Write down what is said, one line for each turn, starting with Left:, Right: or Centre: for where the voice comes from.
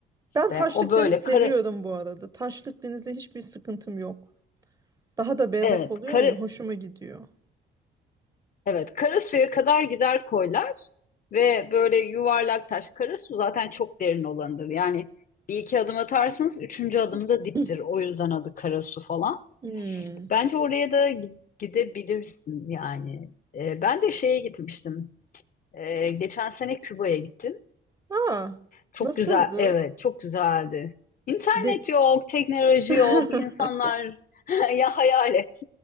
Left: İşte
Right: ben taşlık
Left: o böyle
Right: deniz seviyorum
Left: kara
Right: bu arada. Taşlık denizde hiçbir sıkıntım yok. Daha da berrak
Left: Evet,
Right: oluyor
Left: kara,
Right: ya, hoşuma gidiyor.
Left: Evet, Karasu'ya kadar gider koylar ve böyle yuvarlak taş. Karasu zaten çok derin olanıdır. Yani bir iki adım atarsanız üçüncü adımda
Right: <laughs>
Left: diptir.
Right: <clears throat>
Left: O yüzden adı Karasu falan.
Right: Hmm.
Left: Bence oraya da gi- gidebilirsin yani. Ee, ben de şeye gitmiştim. Ee, geçen sene Küba'ya gittim.
Right: Ha,
Left: Çok
Right: nasıldı?
Left: güzel, evet çok güzeldi. İnternet
Right: De
Left: yok, teknoloji
Right: <laughs>
Left: yok, insanlar <laughs> ya hayal et.